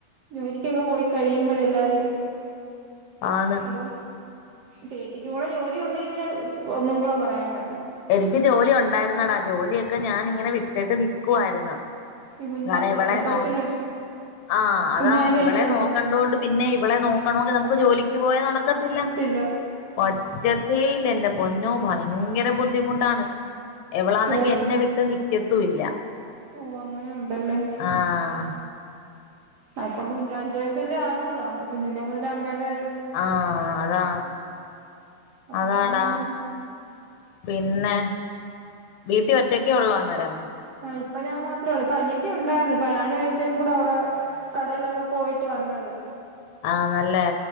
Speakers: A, on the right; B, on the left.
A: ജോലിക്കൊക്കെ പോയി കഴിയുമ്പോ എല്ലാരും
B: ആന്ന്
A: ഇപ്പ ചേച്ചിക്ക് കൂടെ ജോലി ഉണ്ടെങ്കി പിന്നെ ഒന്നും കൂടെ പറയാൻ വേണ്ട
B: എനിക്ക് ജോലി ഉണ്ടായിരുന്നടാ. ജോലിയൊക്കെ ഞാൻ ഇങ്ങനെ വിട്ടിട്ട് നിക്കുവരുന്ന്.
A: ഈ കുഞ്ഞ
B: കാരണം ഇവളെ
A: പ്രസവിച്ചതിന്
B: നോ
A: ശേഷം
B: ആ അതാ
A: കുഞ്ഞായേന്
B: ഇവളെ
A: ശേഷല്ലേ
B: നോക്കണ്ടൊണ്ട് പിന്നെ ഇവളെ നോ <unintelligible> ണെങ്കിൽ നമുക്ക് ജോലിക്ക് പോയാ നടക്കത്തില്ല
A: പറ്റത്തില്ല
B: ഒറ്റ ചെയ്യില്ല എന്റെ പൊന്നോ ഭയങ്കെര ബുദ്ധിമുട്ടാണ് എവളാണെങ്കി
A: വേ
B: എന്നെ വിട്ട് ന ക്കത്തൂല്ല.
A: ഓഹ് അങ്ങനെ ഉണ്ടല്ലേ
B: ആഹ്.
A: അപ്പം കുഞ്ഞ് അഞ്ചു വയസല്ലേ ആയോള്ളു. കുഞ്ഞിന്റെ മുതല അമ്മേയുടെ
B: ആഹ് അതാ
A: അപ്പൊ
B: അതാടാ
A: അങ്ങനൊന്നും
B: പിന് പിന്നെ വീട്ടിൽ ഒറ്റക്ക ഒള്ളോ? അന്നേരം
A: ഇപ്പ ഞാൻ മാത്രേ ഒള്ളു ഇപ്പ അനിയത്തി ഉണ്ടായ്ര്ന്ന്. ഇപ്പ ഞാനും അനിയത്തിയും കൂടെ അവിടെ കടയിലൊക്കെ പോയിട്ട് വന്നത്.
B: ആഹ് നല്ലേ.